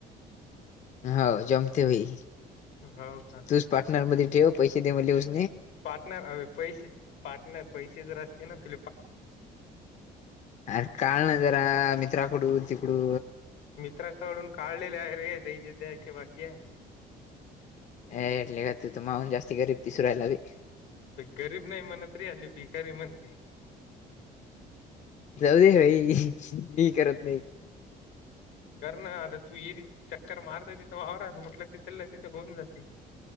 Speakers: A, on the left (about 45°); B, on the left (about 85°).
A: हो जमते होई.
B: हो का
A: तूच पार्टनरमध्येध्ये ठेव पैसे दे म.
B: पार्टनर ह पैसे पार्टनर पैसे जरा असते ना तु.
A: अरे काळ ना जरा मित्राकडून तिकडू.
B: मित्राकडून काढलेले आहे रे तेज द्यायचे बाकी आहे.
A: हटले का तू तर माऊून जास्ती गरीब तिसरायला भी.
B: गरीब नाही म्हणत रे अली भिकारी म्हणते.
A: जाऊ दे भाई मी करत नाही.
B: कर ना आता तू येरी चक्कर मारता तिथं वावररा म्हटलं तिथलला तिथं होऊन जाते.